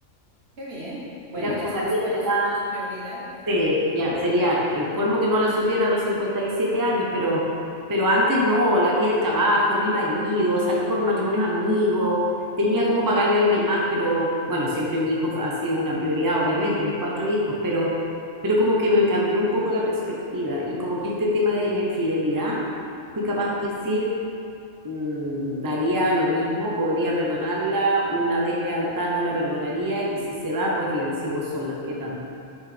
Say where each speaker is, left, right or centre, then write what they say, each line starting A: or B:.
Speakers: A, on the right; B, on the right.
A: Qué bien. Bueno,
B: Mira
A: ya
B: cómo
A: sabes
B: la vida
A: cuáles
B: te va.
A: son tus prioridades,
B: eh,
A: ¿sí?
B: ya, sería el colmo que no la supiera a los 57 años, pero, pero antes no, la vida del trabajo, mi marido, salí con matrimonios amigos, tenía cómo pagarle a alguien más, pero bueno, siempre mi hijo ha sido una prioridad, obviamente, mis cuatro hijos, pero, pero como que me cambió un poco la perspectiva y como que este tema de la infidelidad, fui capaz
A: Sí.
B: de decir, mm, daría lo mismo, podría perdonarla, una deslealtad no la perdonaría y si se va, pues bien, sigo sola, ¿qué tanto?